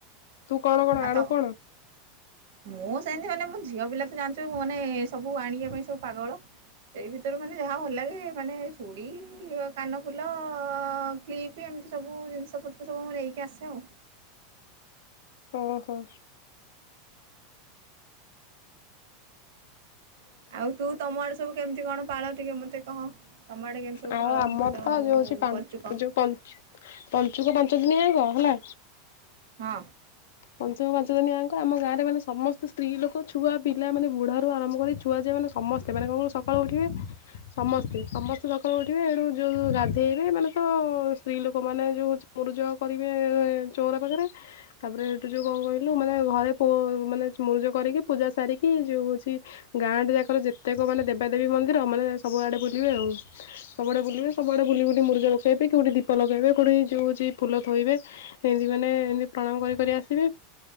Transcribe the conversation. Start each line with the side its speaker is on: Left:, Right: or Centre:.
Left: ତୁ କଣ କଣ
Right: ଆଉ
Left: ଆଣୁ
Right: ତ
Left: କଣ?
Right: ମୁଁ ସେମିତି ମାନେ ମୁଁ ଝିଅ ପିଲା ତ ଜାଣିଛୁ ମାନେ ସବୁ ଆଣିବା ପାଇଁ ସବୁ ପାଗଳ ସେଇ ଭିତରୁ ମାନେ ଯାହା। ଭଲ ଲାଗେ ମାନେ ଚୁଡ଼ି କାନଫୁଲ କ୍ଲିପ୍ ଏମିତି ସବୁ ଜିନିଷ ପ ଏ ସବୁ ମୁଁ ନେଇକି ଆସେ ଆଉ।
Left: ଓହୋ।
Right: ଆଉ ତୁ ତମ ଆଡେ ସବୁ କେମିତି କଣ ପାଳ ଟିକେ ମତେ କହ। ତମ ଆଡ଼େ କେମିତି ସବୁ
Left: ଆଉ
Right: ପାଳ
Left: ଆମର
Right: ମ
Left: ତ ଯୋଉ ସେ ପାଞ୍ଚ
Right: ପଞ୍ଚୁକ
Left: ଯୋଉ ପଞ୍ଚ। ପଞ୍ଚୁକ ପାଞ୍ଚ ଦିନି ଆଗ ହେଲା।
Right: ହଁ।
Left: ପଞ୍ଚମ ପାଞ୍ଚ ଦିନିଆଙ୍କ ଆମ ଗାଁରେ ମାନେ ସମସ୍ତ ସ୍ତ୍ରୀ ଲୋକ ଛୁଆ ପିଲାନେ ବୁଢାରୁୁ ଆରମ୍ଭ କରି ଛୁଆ ଯାଏ ମାନେ। ସମସ୍ତେ ମାନେ କଣ କହିଲୁ ସକାଳୁ ଉଠିବେ ସମସ୍ତେ ସମସ୍ତେ। ସକାଳୁ ଉଠିବେ ଏଣୁ ଯୋଉ ଗାଧେଇବେ ମାନେ ତ ସ୍ତ୍ରୀ ଲୋକମାନେ ଯୋଉ ମୋରୁଜ। କରିବେ ଚାଉଁରା ପାଖରେ। ତାପରେ ଏଠୁ ଯୋଉ କ କହିଲୁ ମାନେ ଘରେ ମାନେ ମୁର୍ଜ କରିକି ପୂଜା ସାରିକି ଯୋଉ ହଉଛି। ଗାଁଟେ ଯାଙ୍କର ଯେତେକ ମାନେ ଦେବାଦେବୀ ମନ୍ଦିର ମାନେ ସବୁ ଆଡେ ବୁଲିବେ ଆଉ। ସବୁଆଡେ ବୁଲିବେ ସବୁଆଡେ ବୁଲି ବୁଲି ମୂର୍ଜ ପକେଇବେ କୋଉଠି ଦୀପ ଲଗେଇବେ କୋଉଠି ଯୋଉ ହଉଛି ଫୁଲଥୋଇବେ। ଏମତି ମାନେ ଏମତି ପ୍ରଣାମ କରି କରି ଆସିବେ।